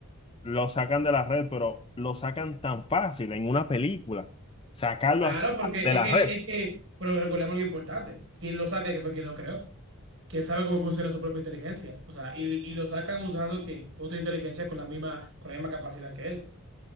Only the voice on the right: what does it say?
Claro,
porque
es
que,
es que, pero recordemos algo importante. Quien lo saca, que fue quien lo creó. Quien sabe cómo funciona su propia inteligencia. O sea, y, y lo sacan usando ¿quién? Otra inteligencia con la misma, con la misma capacidad que él.